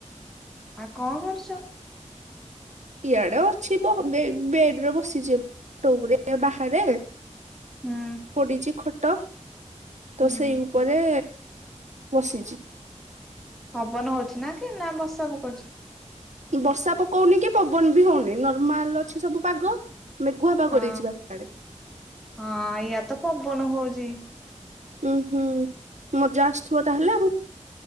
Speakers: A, in the centre; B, on the right.
A: ଆଉ କଣ କରୁଛ?
B: ଇଆଡେ ଅଛି ବେଡରେ ବସିଛି ବାହାରେ
A: ହୁଁ
B: ପଡିଛି ଖଟ। ତ
A: ହୁଁ
B: ସେଇ ଉପରେ ବସିଛି।
A: ପବନ ହଉଛି ନା କି ନା ବର୍ଷା ପକଉଛି?
B: ବର୍ଷା ପକଉନି କି ପବନ ବି ହଉନି ନର୍ମାଲ ଅଛି ସବୁ ପାଗ। ମେଘୁଆ ପାଗ
A: ହଁ
B: ଦେଇଛି ବାକି ଆଡେ
A: ହଁ ଇଆଡେ ତ ପବନ ହଉଛି <unintelligible>
B: ଉୁଁ ହୁଁ ମଜା ଆସୁଥିବ ତାହେଲେ ଆଉ।